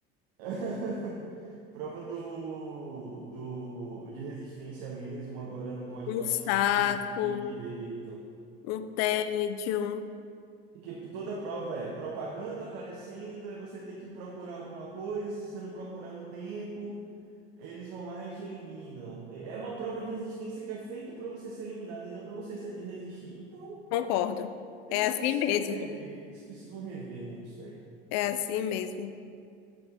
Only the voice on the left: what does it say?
Um
saco,
um tédio.
Concordo.
É assim
mesmo.
É assim mesmo.